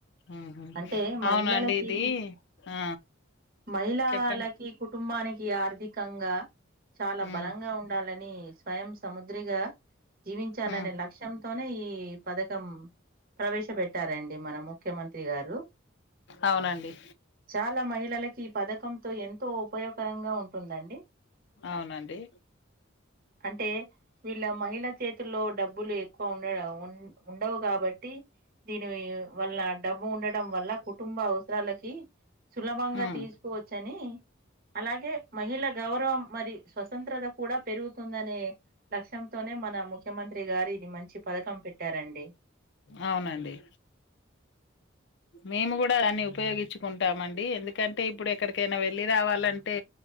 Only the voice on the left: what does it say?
ఉహు
అవునండి ఇది ఆ
చెప్పండి
ఉమ్
ఉమ్
అవునండి
అవునండి
ఉమ్
అవునండి. మేము గూడా దాన్ని ఉపయోగించుకుంటామండి ఎందుకంటే ఇప్పుడు ఎక్కడికైనా వెళ్లిి రావాలంటే